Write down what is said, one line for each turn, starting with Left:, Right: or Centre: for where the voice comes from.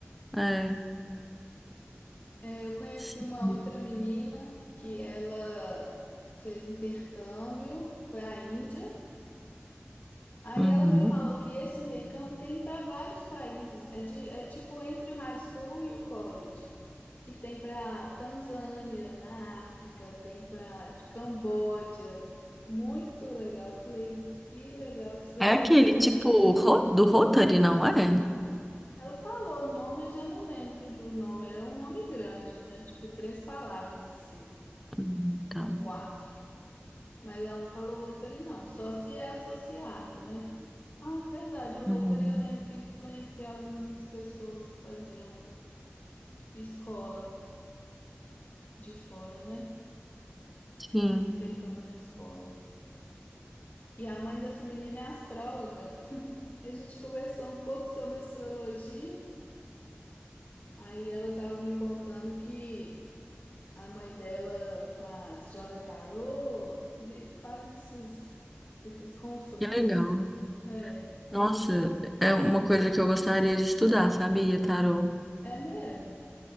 Centre: É,
Left: É, eu conheci
Centre: sim.
Left: uma outra menina que ela fez intercâmbio para a Índia. Aí
Centre: Uhum.
Left: ela me falou que esse intercâmbio tem para vários países. É, de, é tipo entre o high school e o college. E tem para Tanzânia, na África, tem para Camboja. Muito legal. Eu Falei, que legal, que experiência
Centre: É aquele
Left: bonita.
Centre: tipo ro- do Rotary, não é?
Left: Ela falou o nome, eu já não lembro do nome. Era um nome grande. Era tipo três palavras assim,
Centre: Hum, Tá.
Left: ou quatro. Mas ela não falou Rotary, não. Só se é associado, né? Ah, é verdade. O Rotary
Centre: Uhum.
Left: eu lembro que conheci algumas pessoas que faziam escola de fora, né?
Centre: Sim,
Left: Fazia intercâmbio na escola. E a mãe dessa menina é astróloga. A gente conversou um pouco sobre astrologia. Aí ela estava me contando que a mãe dela faz, joga tarô, vi- faz esses, esses consultas.
Centre: que legal.
Left: É,
Centre: Nossa, é uma coisa que eu gostaria de estudar, sabia, tarô?
Left: é mesmo.